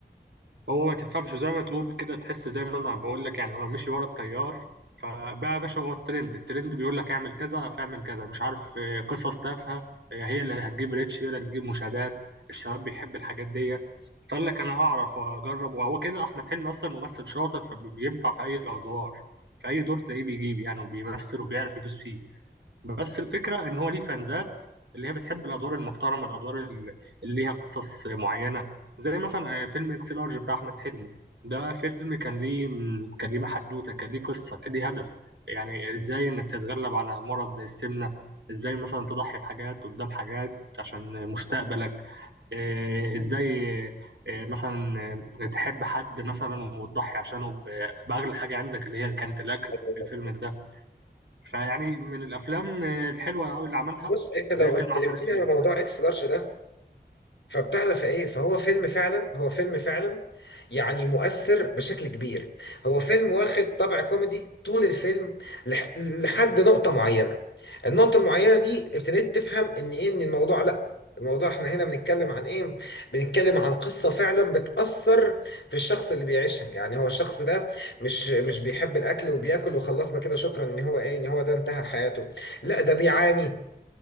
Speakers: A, on the right (about 85°); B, on the left (about 85°).
A: هو ما تفهمش زي ما تقول كده تحس زي ما انا بقول لك يعني هو مشي ورا التيار فبقى يا باشا هو الترند الترند بيقول لك اعمل كذا فاعمل كذا مش عارف آه، قصص تافهه آه، هي اللي هتجيب ريتش هي اللي هتجيب مشاهدات الشباب بيحب الحاجات دي فقال لك انا اعرف واجرب وهو كده احمد حلمي اصلا ممثل شاطر فبينفع في اي الادوار في اي دور تلاقيه بيجيب يعني وبيمثل وبيعرف يدوس فيه بس الفكرة إن هو ليه فانزات اللي هي بتحب الأدوار المحترمة الأدوار اللي اللي ليها قصص معينة زي مثلا آه، فيلم إكس لارج بتاع أحمد حلمي ده فيلم كان ليه كان ليه حدوتة كان ليه قصة كان ليه هدف يعني إزاي إنك تتغلب على مرض زي السمنة إزاي مثلا تضحي بحاجات قدام حاجات عشان مستقبلك آه، إزاي آه، مثلا آه، تحب حد مثلا وتضحي عشانه ب- بأغلى حاجة عندك اللي هي كانت الأكل
B: أيوة،
A: في الفيلم
B: بس
A: ده فيعني من الافلام الحلوه قوي اللي عملها
B: بص انت لو
A: زي فيلم
B: اتكلمتني
A: عسل اسود
B: عن موضوع اكس لارج ده فبتاع ده فايه فهو فيلم فعلا هو فيلم فعلا يعني مؤثر بشكل كبير هو فيلم واخد طابع كوميدي طول الفيلم لح لحد نقطة معينة النقطة المعينة دي ابتديت تفهم ان ايه ان الموضوع لا الموضوع احنا هنا بنتكلم عن ايه بنتكلم عن قصة فعلا بتأثر في الشخص اللي بيعيشها يعني هو الشخص ده مش مش بيحب الاكل وبياكل وخلصنا كده شكرا ان هو ايه ان هو ده انتهى حياته لا ده بيعاني